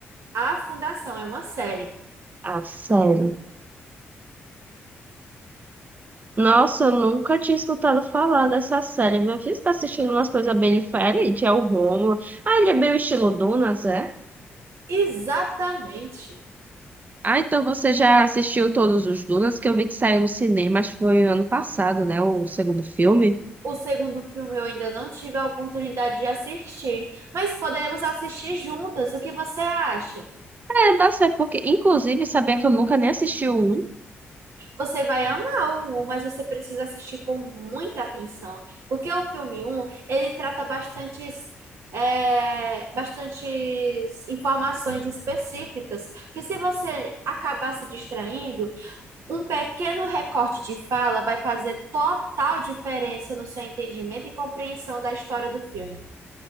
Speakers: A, on the right; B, on the right.
A: A Fundação é uma série.
B: A série. Nossa, eu nunca tinha escutado falar dessa série. Minha filha está assistindo umas coisas bem diferentes. É o Rômulo. Ah, ele é bem o estilo Dunas, é?
A: Exatamente.
B: Ah, então você já assistiu todos os Dunas, que eu vi que saiu no cinema, acho que foi ano passado, né? O segundo filme.
A: O segundo filme eu ainda não tive a oportunidade de assistir, mas podemos assistir juntas. O que você acha?
B: É, dá certo, porque inclusive sabia que eu nunca nem assisti o um.
A: Você vai amar o 1, mas você precisa assistir com muita atenção, porque o filme um ele trata bastantes, é, bastantes informações específicas, que se você acabar se distraindo, um pequeno recorte de fala vai fazer total diferença no seu entendimento e compreensão da história do filme.